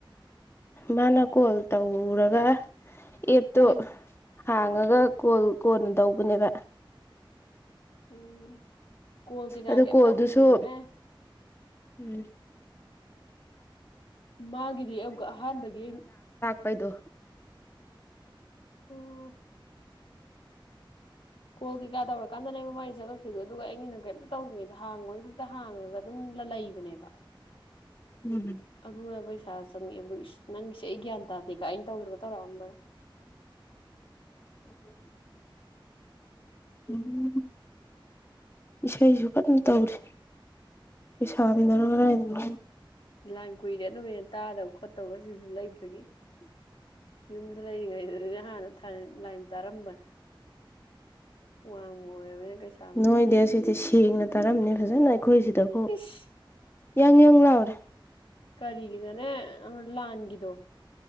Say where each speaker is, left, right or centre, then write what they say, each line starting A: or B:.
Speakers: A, on the left; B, on the left.
A: ꯃꯥꯅ ꯀꯣꯜ ꯇꯧ ꯔꯒ ꯑꯦꯞꯇꯣ
B: ꯀꯣꯜ
A: ꯍꯥꯡꯉꯒ ꯀꯣꯜ ꯀꯣꯟꯅ ꯇꯧꯕꯅꯦꯕ
B: ꯑꯣ ꯀꯣꯜ ꯀꯩꯀꯥ
A: ꯑꯗꯨ
B: ꯀꯩꯝ
A: ꯀꯣꯜꯗꯨꯁꯨ
B: ꯇꯧꯗ꯭ꯔꯤꯉꯩꯗꯅꯦ
A: ꯎꯝ
B: ꯃꯥꯒꯤꯗꯤ ꯑꯃꯨꯛꯀ ꯑꯍꯥꯟꯕꯒꯤ
A: ꯄꯩꯗꯣ
B: ꯎ ꯀꯣꯜ ꯀꯩꯀꯥ ꯇꯧꯔꯀꯥꯟꯗꯅꯦꯕ ꯃꯃꯥꯏ ꯆꯪꯉꯛꯈꯤꯕꯗꯣ ꯑꯗꯨꯒ ꯑꯩꯒꯤꯅ ꯀꯩꯝꯇ ꯇꯧꯗ꯭ꯔꯤꯉꯩꯗ ꯍꯥꯡꯉꯣꯏꯅ ꯍꯥꯡꯉꯒ ꯑꯗꯨꯝꯒ ꯂꯩꯕꯅꯦꯕ
A: ꯎꯝ
B: ꯑꯗꯨꯕꯨꯕꯩ ꯁꯥ ꯆꯪꯉꯦꯕ ꯅꯪꯒꯤꯁꯦ ꯑꯩ ꯒ꯭ꯌꯥꯟ ꯇꯥꯗꯦꯀ ꯑꯩꯅ ꯇꯧꯗ꯭ꯔꯒ ꯇꯧꯔꯛꯑꯝꯕ
A: ꯎꯝ ꯎꯝ ꯏꯁꯩꯁꯨ ꯀꯟꯅ ꯇꯧꯔꯤ ꯄꯩꯁꯥꯝꯗꯅꯣ ꯀꯥꯏꯗꯅꯣ
B: ꯂꯥꯏ ꯀꯨꯏꯔꯦ ꯑꯗꯨꯃꯥꯏꯅ ꯇꯥꯗꯕ ꯈꯣꯠꯇꯕꯒ ꯁꯤꯁꯨ ꯂꯩꯕ ꯒꯤ ꯌꯨꯝꯗ ꯂꯩꯔꯤꯉꯩꯗ ꯑꯗꯨꯗꯤ ꯍꯥꯟꯅ ꯊ ꯂ ꯇꯔꯝꯕꯟ ꯋꯥꯡꯃ ꯑꯣꯏꯔꯕꯅꯤꯅ ꯀꯩꯁꯥꯅ
A: ꯅꯣꯏꯗꯤ ꯑꯁꯤꯗꯤ ꯁꯦꯡꯅ ꯇꯥꯔꯝꯅꯤ ꯐꯖꯅꯥ ꯑꯩꯈꯣꯏꯁꯤꯗꯐꯥꯎ
B: ꯏꯁ
A: ꯌꯥꯪ ꯌꯥꯪ ꯂꯥꯎꯔꯦ
B: ꯀꯔꯤꯒꯤꯗꯣꯅꯦ ꯂꯥꯟꯒꯤꯗꯣ